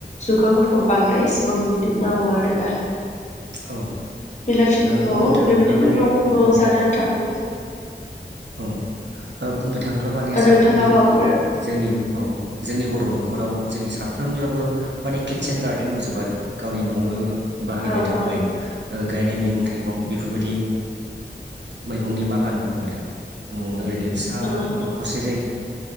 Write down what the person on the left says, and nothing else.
जुखामफोरखौ बांद्राय एसेबां बेबादि मावा आरो ना
बेलासिफोरखौ
बेबायदिनो
न' न'आव
जानो आन्थाफोरखौ
ओ
नोंथाङा माबाफोर
औ
औ
औ